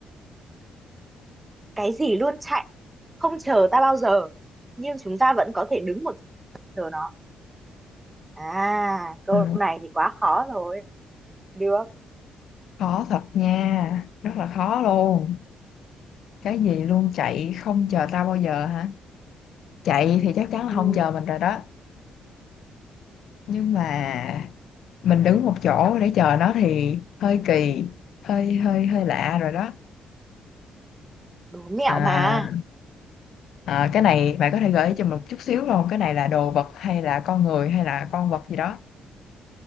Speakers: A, on the right; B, on the left.
A: Cái gì luôn chạy, không chờ ta bao giờ. Nhưng chúng ta vẫn có thể đứng một chỗ chờ nó. À, câu
B: Ừ.
A: này thì quá khó rồi. Được.
B: khó thật nha rất là khó luôn cái gì luôn chạy không chờ tao bao giờ hả chạy thì chắc chắn là
A: Ừ,
B: không chờ mình rồi đó nhưng mà mình đứng một chỗ để chờ nó thì hơi kỳ hơi hơi hơi lạ rồi đó
A: đố mẹo
B: à,
A: mà.
B: à, cái này bạn có thể gợi ý cho mình một chút xíu không cái này là đồ vật hay là con người hay là con vật gì đó